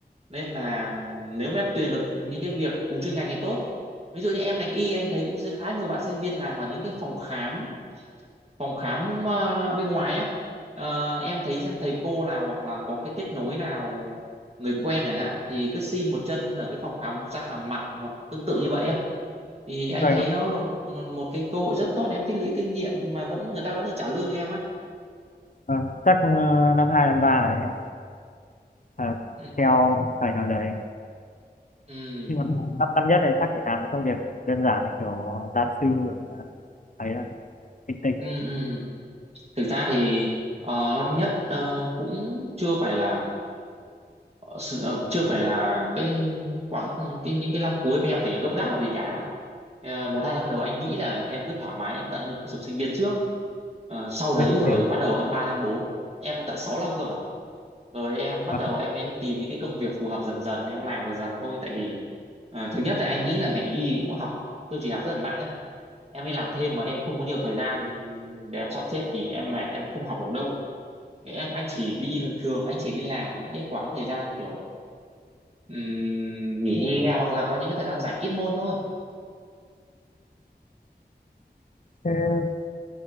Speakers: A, on the right (about 35°); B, on the left (about 50°).
A: nên là nếu mà em tuyển được những cái việc cùng chuyên ngành thì tốt ví dụ như em ngành y anh thấy cũng rất khá nhiều bạn sinh viên làm ở những cái phòng khám phòng khám ờ, bên ngoài á Ờ, em thấy xem thầy cô nào hoặc là có cái kết nối nào người quen chẳng hạn thì cứ xin một chân ở cái phòng khám răng hàm mặt hoặc tương tự như vậy á thì anh
B: vậy
A: thấy
B: không?
A: nó là một một cái cơ hội rất tốt em tích lũy kinh nghiệm nhưng mà vẫn người ta vẫn được trả lương cho em á
B: Ờ, chắc ờ, năm hai năm ba này, em, ờ,
A: ừ,
B: theo thầy nào đấy
A: ừ,
B: nhưng mà năm năm nhất này chắc chỉ làm cái công việc đơn giản như kiểu ờ, gia sư rồi, ờ, ấy là tinh tinh
A: ừ, ừ. thực ra thì ờ, năm nhất ờ, cũng chưa phải là Ờ, sự, ờ, chưa phải là cái quãng cái những cái năm cuối mà em phải gấp gáp làm gì cả Ờ, một hai năm đầu anh nghĩ là em cứ thoải mái em tận hưởng cuộc sống sinh viên trước Ờ, sau đấy
B: bên
A: rồi
B: em
A: bắt đầu năm ba năm bốn em có tận sáu năm cơ mà rồi em bắt
B: Vâng.
A: đầu em mới tìm những cái công việc phù hợp dần dần em làm dần dần thôi tại vì ờ, thứ nhất là anh nghĩ là ngành y cũng học tôi chỉ học rất là nặng ấy. em đi làm thêm mà em không có nhiều thời gian để em sắp xếp thì em mệt em không học được đâu cái anh anh chỉ đi thường anh chỉ đi làm vào những cái quãng thời gian kiểu Ừm, nghỉ hè hoặc là có những cái thời gian rảnh ít môn thôi
B: Thế